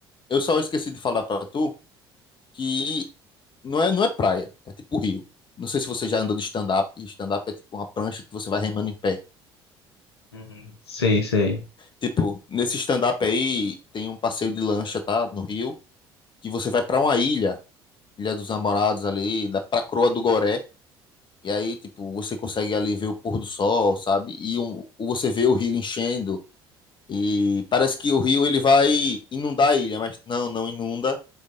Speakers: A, on the left (about 40°); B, on the left (about 85°).
A: eu só esqueci de falar pra tu que não é, não é praia, é tipo rio. Não sei se você já andou de stand-up, e stand-up é tipo uma prancha que você vai remando em pé.
B: hum, Sei, sei.
A: Tipo, nesse stand-up aí tem um passeio de lancha, tá? No rio, que você vai pra uma ilha, Ilha dos Namorados ali, da pra Croa do Goré. E aí, tipo, você consegue ali ver o pôr do sol, sabe? E um, você vê o rio enchendo. E parece que o rio ele vai inundar a ilha, mas não, não inunda,